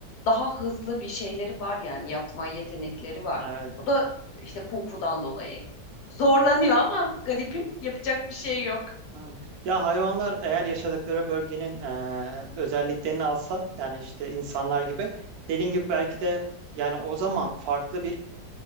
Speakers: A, on the left (about 70°); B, on the right (about 70°).
A: daha hızlı bir şeyleri var yani yapma yetenekleri var.
B: Evet.
A: O da işte kung fu'dan dolayı. Zorlanıyor ama garibim yapacak bir şey yok.
B: Yani, ya hayvanlar eğer yaşadıkları bölgenin e, özelliklerini alsa yani işte insanlar gibi dediğin gibi belki de yani o zaman farklı bir